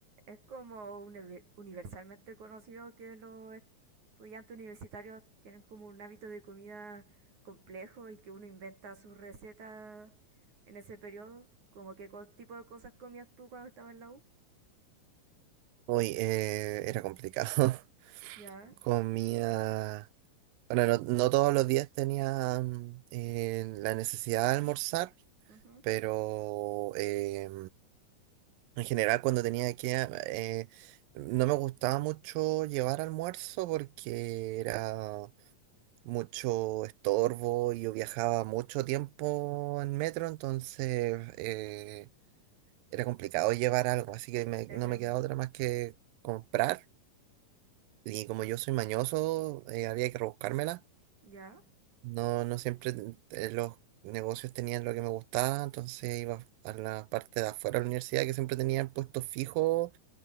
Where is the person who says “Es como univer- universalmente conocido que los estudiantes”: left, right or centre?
Right